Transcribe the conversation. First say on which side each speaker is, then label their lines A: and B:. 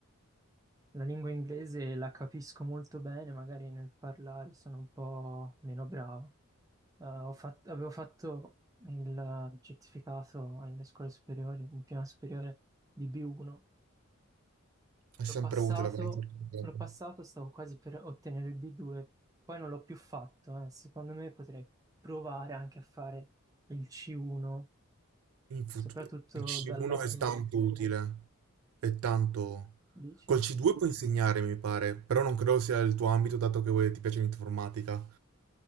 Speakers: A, on the right; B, on the right.
A: La lingua inglese la capisco molto bene, magari nel parlare sono un po' meno bravo. Eh, ho fat- avevo fatto il certificato alle scuole superiori, in prima superiore di B1.
B: È sempre
A: L'ho passato,
B: utile avere un certificato.
A: l'ho passato, stavo quasi per ottenere il B2, poi non l'ho più fatto. eh. Secondo me potrei provare anche a fare il C1,
B: In fut-
A: soprattutto
B: il C1
A: dal lato,
B: è tanto utile, è tanto...
A: dici?
B: Col C2 puoi insegnare, mi pare, però non credo sia il tuo ambito, dato che voi- ti piace l'informatica.